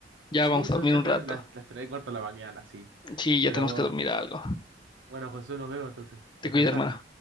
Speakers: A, on the left (about 25°); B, on the right (about 80°).
A: Ya
B: Sí,
A: vamos
B: son
A: a dormir
B: exactamente
A: un rato.
B: las, las 3 y cuarto de la mañana, sí.
A: Sí, ya
B: Pero
A: tenemos que dormir algo.
B: bueno, José, nos vemos entonces.
A: Te
B: Descansá.
A: cuida, hermano.